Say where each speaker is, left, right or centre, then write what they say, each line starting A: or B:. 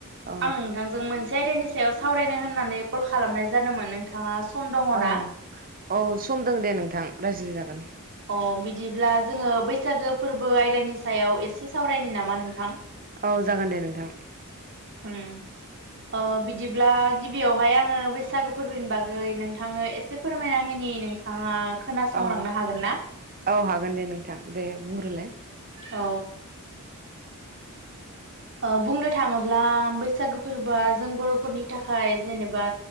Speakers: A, on the right; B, on the right.
A: औ
B: आं नोंथांजों मोन से आयदानि सायाव सावरायनो होननानै कल खालामनाय जादोंमोन नोंथाङा सम दङना
A: औ औ सम दों दे नोंथां रायज्लायजागोन।
B: अ बिदिब्ला जोङो बैसागो फोरबो आयदानि सायाव एसे सावरायनि नामा नोंथां
A: औ जागोन दे नोंथां।
B: होम। ओ बिदिब्ला गिबियावहाय आङो बैसागो फोरबोनि बागै नोंथांनो एसे फोरमायना होनि नोंथाङा खोनासंलांनो
A: औ
B: हागोन ना?
A: औ हागोन दे नोंथां दे बुंग्रोलाय
B: अ ओ बुंनो थाङोब्ला बैसागो फोरबोआ जों बर'फोरनि थाखाय जेनेबा